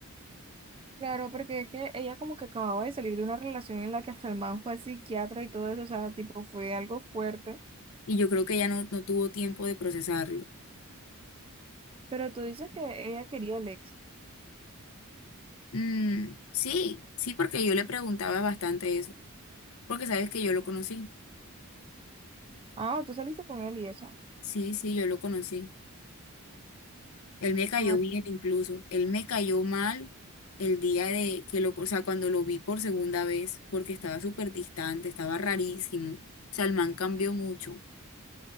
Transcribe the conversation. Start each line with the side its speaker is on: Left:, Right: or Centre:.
Right: Claro, porque es que ella como que acababa de salir de una relación en la que hasta el man fue al psiquiatra y todo eso, o sea, tipo, fue algo fuerte.
Left: Y yo creo que ella no, no tuvo tiempo de procesarlo.
Right: Pero tú dices que ella quería el ex.
Left: Mm, sí, sí, porque yo le preguntaba bastante eso, porque sabes que yo lo conocí.
Right: Ah, tú saliste con él y eso.
Left: Sí, sí, yo lo conocí. Él me cayó
Right: Ah,
Left: bien incluso. Él me cayó mal el día de que lo, o sea, cuando lo vi por segunda vez, porque estaba súper distante, estaba rarísimo. O sea, el man cambió mucho.